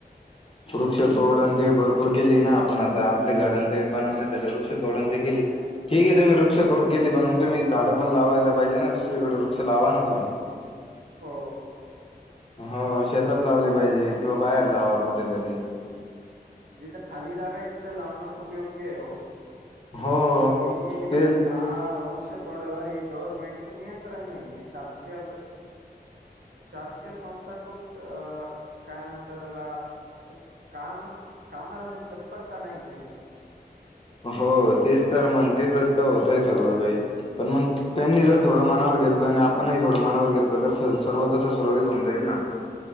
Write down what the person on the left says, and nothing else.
वृक्षतोड आणि ते भरपूर केली ना, आपण आता आपले घर ते बनवण्यासाठी वृक्ष तोडण ते केली ठीक आहे, तुम्ही वृक्ष तोड केली. म्हणून तुम्ही झाडं पण लावायला पाहिजे ना, दुसरीकडे वृक्ष लावा ना तुम्ही.
हो शेतात लावली पाहिजे, किंवा बाहेर लावा कुठेतरी.
हो
ते
हो तेच तर मग ते तच तर होतोय सगळं काही. पण मग त्यांनी जर थोडं मनावर घेतलं आणि आपणही थोडं मनावर घेतलं तर सर्व कसं सुरळीत होऊन जाईल ना.